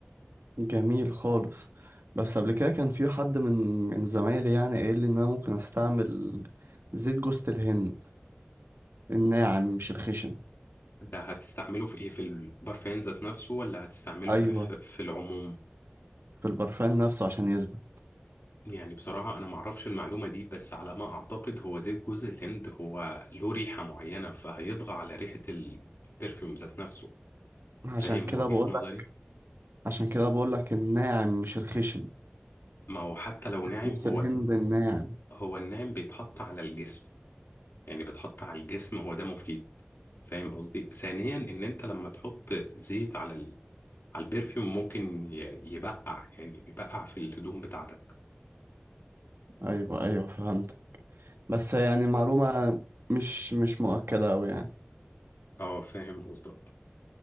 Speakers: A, on the right; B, on the left.
A: جميل خالص بس قبل كده كان في حد من من زمايلي يعني قايل لي ان انا ممكن استعمل زيت جوز الهند الناعم مش الخشن
B: ده هتستعمله في ايه في البرفان ذات نفسه ولا هتستعمله
A: ايوه
B: كف في العموم
A: في البرفان نفسه عشان يثبت
B: يعني بصراحة انا معرفش المعلومة دي بس على ما اعتقد هو زيت جوز الهند هو له ريحة معينة فهيطغى على ريحة البرفيوم ذات نفسه فاهم
A: عشان كده
B: وجهة
A: بقول
B: نظري
A: لك عشان كده بقول لك الناعم مش الخشن
B: ما هو حتى لو ناعم
A: جوز
B: هو
A: الهند الناعم
B: هو الناعم بيتحط على الجسم يعني بيتحط على الجسم هو ده مفيد فاهم قصدي ثانيا ان انت لما تحط زيت على ال... على البرفيوم ممكن ي- يبقع يعني يبقع في الهدوم بتاعتك
A: ايوه ايوه فهمت بس يعني معلومة مش مش مؤكدة أوي يعني
B: اه فاهم قصدك